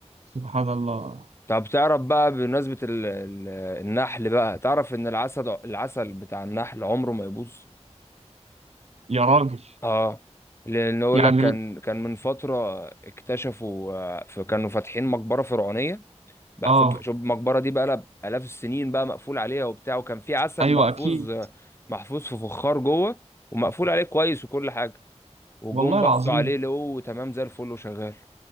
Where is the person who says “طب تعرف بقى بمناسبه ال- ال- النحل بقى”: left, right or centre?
Left